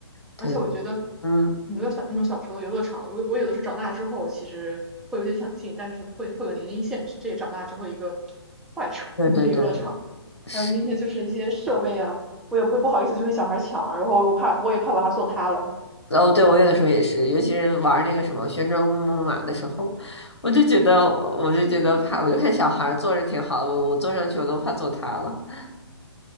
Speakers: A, on the left; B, in the centre.
A: 对，
B: 而且我觉得
A: 对嗯，
B: 很多小那种小时候的游乐场，我我有的时候长大之后其实会有点想进，但是会会有年龄限制，这也长大之后一个 <tsk> 坏处，
A: 对对对，
B: 不能进游乐场。
A: 是。
B: 还有那些就是一些设备啊，我也不会不好意思去跟小孩抢，然后我怕我也怕把它做塌了。
A: 哦，对，我有的时候也是，尤其是玩那个什么旋转木马的时候，我就觉得，我就觉得怕，我就看小孩儿坐着挺好的，我我坐上去我都怕坐塌了。<laughs>